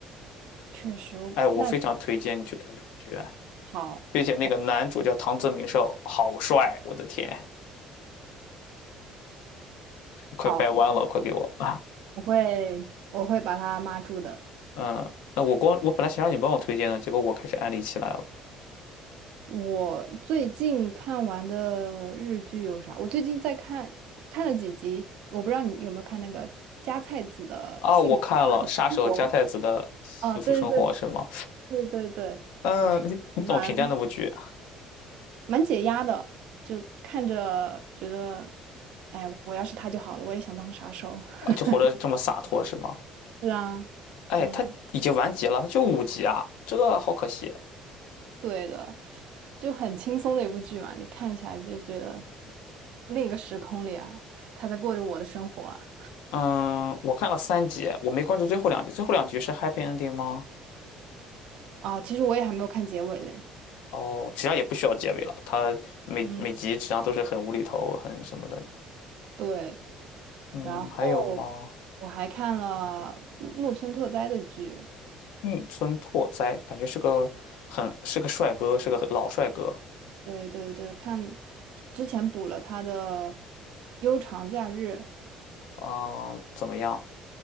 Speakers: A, on the right; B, on the left.
A: 确实，
B: 哎，我非常推荐你去看这部剧啊，
A: 那 <laughs> 好，
B: 并且那个男主叫唐泽明寿，
A: 我
B: 好帅，我的天，快掰弯了，
A: 好，
B: 快给我！<laughs>
A: 我会我会把它码住的。
B: 嗯，那我光我本来想让你帮我推荐的，结果我开始安利起来了。
A: 我最近看完的日剧有啥？我最近在看，看了几集，我不知道你有没有看那个加菜子的《幸福
B: 啊，我看了《杀手加太子的幸福生活》是吗？
A: 生活》。哦，对对对，对对对，
B: 嗯，
A: 我觉得蛮
B: 你你怎么评价那部剧？
A: 蛮解压的，就看着觉得，哎，我要是他就好了，我也想当杀手。
B: 啊就活得这么洒脱是吗？
A: <laughs> 是啊，
B: 哎，
A: 嗯，
B: 他已经完结了，他就五集啊，这好可惜。
A: 对的，就很轻松的一部剧嘛，你看起来就觉得另一个时空里啊，他在过着我的生活啊。
B: 嗯，我看了三集，我没关注最后两集，最后两集是 happy ending 吗？
A: 哦，其实我也还没有看结尾嘞。
B: 哦，实际上也不需要结尾了，他每每集实际上都是很无厘头、
A: 嗯，
B: 很什么的。
A: 对，
B: 嗯，
A: 然后我还看了木木村拓哉的剧，
B: 还有吗？木村拓哉感觉是个很是个帅哥，是个老帅哥
A: 对对对，看之前补了他的《悠长假日》，
B: 啊，怎么样？